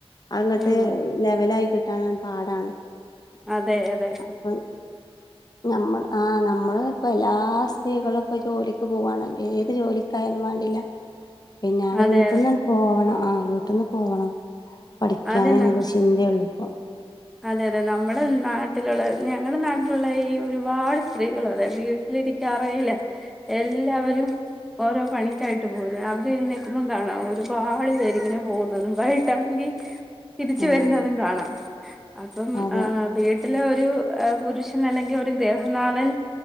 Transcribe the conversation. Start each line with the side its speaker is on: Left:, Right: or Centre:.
Left: അങ്ങട്ട്
Centre: ഉം
Left: ലെവൽ ആയി കിട്ടാന് പാടാണ്.
Centre: അതെ അതെ.
Left: അപ്പൊ നമ്മൾ ആഹ് നമ്മൾ ഇപ്പ എല്ലാ സ്ത്രീകളും ഇപ്പൊ ജോലിക്ക് പോവാണല്ലേ ഏത് ജോലിക്കായാലും വേണ്ടില്ല. പിന്നാടെ
Centre: അതെ
Left: വീട്ട്ന്ന്
Centre: അതെ
Left: <unintelligible> പോവണം ആഹ് വീട്ട്ന്ന് പോണം. പഠിക്ക്യാന്
Centre: അതെ ന
Left: ന്ന്ല്ല ചിന്തേയുള്ളു ഇപ്പൊ
Centre: അതെ അതെ നമ്മുടെ നാട്ടിലുള്ള ഞങ്ങളുടെ നാട്ടിലുള്ള ഈ ഒരുപാട് സ്ത്രീകള് അതെ വീട്ടിലി ഇരിക്കാറേയില്ല എല്ലാവരും. ഓരോ പണിക്കായിട്ട് പോരും രാവിലെ എഴുന്നേൽക്കുമ്പം കാണാം ഒരുപാട് പേര്ങ്ങനെ പോവുന്നതും <unintelligible> ട്ടാണെങ്കി തിരിച്ച്
Left: ആഹ്
Centre: വരുന്നതും കാണാം അപ്പം
Left: അതെ
Centre: ആ ഇല്ല ഒരു പുരുഷൻ അല്ലെങ്കി ഒരു ഗ്രഹനാഥൻ